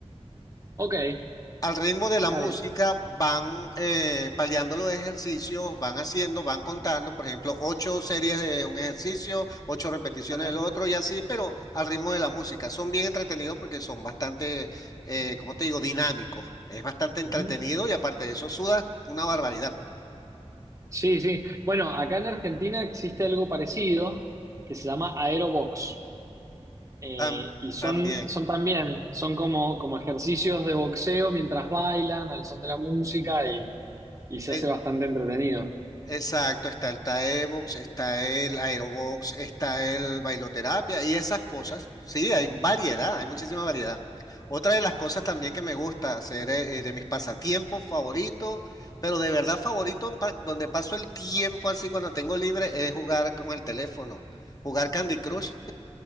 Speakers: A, on the right; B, on the left.
A: Ok, está
B: Al ritmo de la música
A: bien.
B: van eh, paliando los ejercicios, van haciendo, van contando, por ejemplo, ocho series de un ejercicio, ocho repeticiones
A: Ajá.
B: del otro y así, pero al ritmo de la música. Son bien entretenidos porque son bastante, eh, ¿cómo te digo?, dinámicos. Es bastante entretenido
A: ujú.
B: y aparte de eso sudas una barbaridad.
A: Sí, sí. Bueno, acá en Argentina existe algo parecido que se llama aerobox. Eh,
B: Tam-
A: y son,
B: también.
A: son también, son como, como ejercicios de boxeo mientras bailan al son de la música y, y se
B: Eh,
A: hace bastante entretenido.
B: exacto, está el Taebox, está el Aerobox, está el bailoterapia y esas cosas. Sí, hay variedad, hay muchísima variedad. Otra de las cosas también
A: Ujú.
B: que me gusta hacer eh, eh, de mis pasatiempos favoritos, pero de verdad favorito, pa- donde paso el tiempo así cuando tengo libre, es jugar con el teléfono, jugar Candy Crush.